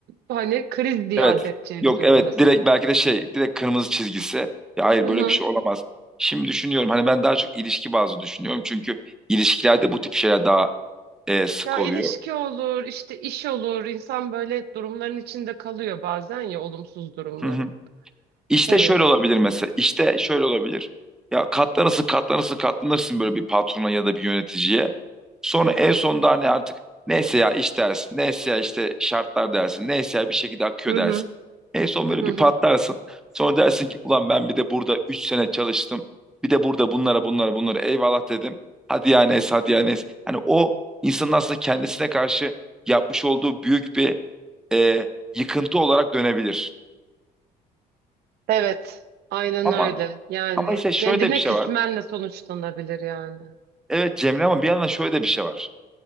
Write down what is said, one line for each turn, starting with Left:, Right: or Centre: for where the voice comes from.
Right: hani kriz diye
Centre: Evet.
Right: addedeceği
Centre: Yok
Right: bir durum
Centre: evet
Right: mesela.
Centre: direkt belki de şey direkt kırmızı çizgisi. Ya hayır
Right: Hı
Centre: böyle
Right: hı.
Centre: bir şey olamaz. Şimdi düşünüyorum hani ben daha çok ilişki bazlı düşünüyorum. Çünkü ilişkilerde bu tip şeyler daha e, sık
Right: Ya
Centre: oluyor.
Right: ilişki olur, işte iş olur. İnsan böyle durumların içinde kalıyor bazen ya olumsuz durumların.
Centre: Hı hı. İşte
Right: Evet.
Centre: şöyle olabilir mesela. İşte şöyle olabilir. Ya katlanırsın, katlanırsın, katlanırsın böyle bir patrona ya da bir yöneticiye. Sonra en sonunda hani artık neyse ya iş dersin, neyse ya işte şartlar dersin, neyse ya bir şekilde akıyor
Right: Hı
Centre: dersin.
Right: hı.
Centre: En son böyle
Right: Hı
Centre: bir
Right: hı.
Centre: patlarsın. Sonra dersin ki ulan ben bir de burada 3 sene çalıştım. Bir de burada bunlara bunlara bunlara eyvallah dedim. Hadi ya neyse hadi ya neyse. Hani o insanın aslında kendisine karşı yapmış olduğu büyük bir e, yıkıntı olarak dönebilir.
Right: Evet, aynen
Centre: Ama
Right: öyle. Yani
Centre: Ama işte şöyle
Right: kendine
Centre: de bir şey
Right: küsmenle
Centre: var.
Right: sonuçlanabilir yani.
Centre: Evet Cemre ama bir yandan şöyle de bir şey var.